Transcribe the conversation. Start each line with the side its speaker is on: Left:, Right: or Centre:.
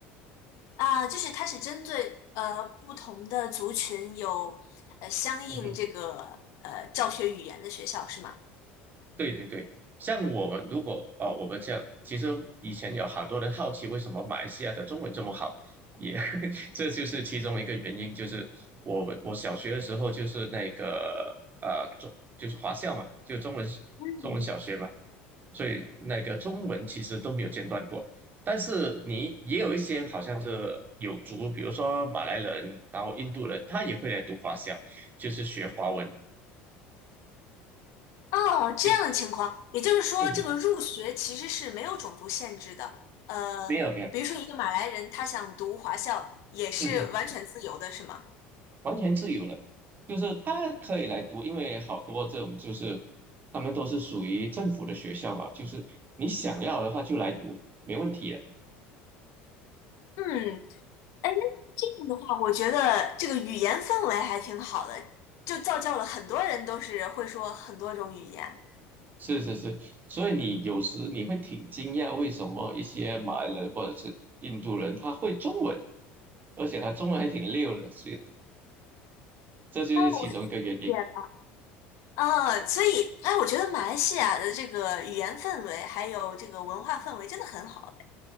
Left: 啊，就是它是针对呃不同的族群有呃相应这个呃教学语言的学校是吗？
Right: <laughs> 对对对，像我们如果哦，我们这样，其实以前有好多人好奇为什么马来西亚的中文这么好，也 <laughs> 这就是其中一个原因，就是我们我小学的时候就是那个呃中就是华校嘛，就中文
Left: 嗯。
Right: 中文小学嘛，所以那个中文其实都没有间断过。但是你也有一些好像是有族，比如说马来人，然后印度人，他也会来读华校，就是学华文，
Left: 哦，这样的情况，
Right: 就是
Left: 也就是说，
Right: <laughs>
Left: 这个入学其实是没有种族限制的。呃，
Right: 没有没有。
Left: 比如说一个马来人，他想读华校也是完全自由的，
Right: <laughs>
Left: 是吗？
Right: 完全自由的，就是他可以来读，因为好多这种就是他们都是属于政府的学校嘛，就是你想要的话就来读，没问题的。
Left: 嗯，哎，那这样的话，我觉得这个语言氛围还挺好的，就造就了很多人都是会说很多种语言。
Right: 是是是，所以你有时你会挺惊讶，为什么一些马来人或者是印度人他会中文，而且他中文还挺溜的，所以这就是其中一个原因。
Left: 啊，我理解了。啊，所以，哎，我觉得马来西亚的这个语言氛围还有这个文化氛围真的很好。